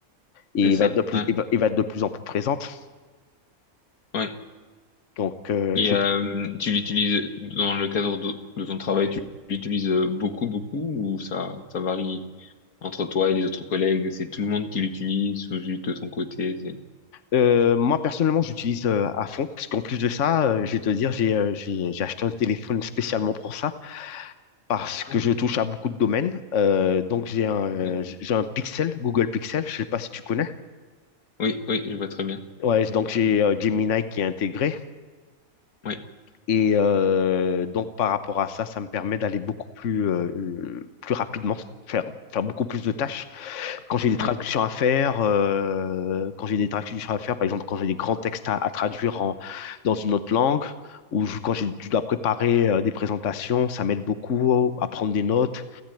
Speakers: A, on the left; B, on the left.
A: Et
B: C'est
A: il
B: ça.
A: va être de plus,
B: Ouais.
A: il va, il va être de plus en plus présente.
B: Oui.
A: Donc, euh,
B: Et
A: je...
B: euh, tu l'utilises dans le cadre de, de ton travail, tu l'utilises beaucoup, beaucoup, ou ça, ça varie entre toi et les autres collègues? C'est tout le monde qui l'utilise ou juste de ton côté? c'est-
A: Euh, moi, personnellement, j'utilise euh, à fond, parce qu'en plus de ça, euh, je vais te dire, j'ai euh, j'ai- j'ai acheté un téléphone spécialement pour ça, parce que
B: Ah,
A: je touche à beaucoup de domaines. Euh, donc, j'ai un, euh,
B: d'accord.
A: j'ai un Pixel, Google Pixel, je sais pas si tu connais.
B: Oui, oui, je vois très bien.
A: Ouais, donc j'ai euh, Gemini qui est intégré.
B: Oui,
A: Et euh, donc, par rapport à ça, ça me permet d'aller beaucoup plus, euh, plus rapidement, faire, faire beaucoup plus de tâches. Quand j'ai des traductions
B: oui,
A: à faire, euh, quand j'ai des traductions à faire, par exemple, quand j'ai des grands textes à, à traduire en, dans une autre langue, ou je- quand j'ai- je dois préparer euh, des présentations, ça m'aide beaucoup à prendre des notes,